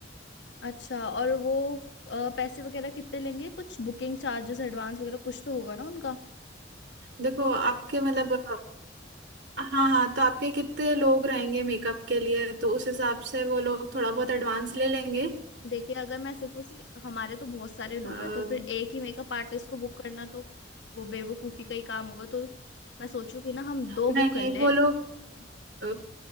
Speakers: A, on the left (about 80°); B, on the right (about 75°).
A: अच्छा और वो अ, पैसे वगैरह कितने लेंगे कुछ बुकिंग चार्जेस एडवांस वगैरह कुछ तो होगा ना उनका
B: देखो आपके मतलब हाँ हाँ तो आपके कितने लोग रहेंगे मेकअप के लिए तो उस हिसाब से वो लोग थोड़ा बहुत एडवांस ले लेंगे
A: देखिए अगर मैं सिर्फ उसी हमारे तो बहुत सारे लोग
B: अम,
A: हैं तो फिर एक ही मेकअप आर्टिस्ट को बुक करना तो वो बेवकूफी का ही काम होगा तो मैं सोचू कि ना हम दो
B: नहीं
A: बुक
B: नहीं
A: कर ले
B: वो लोग अ,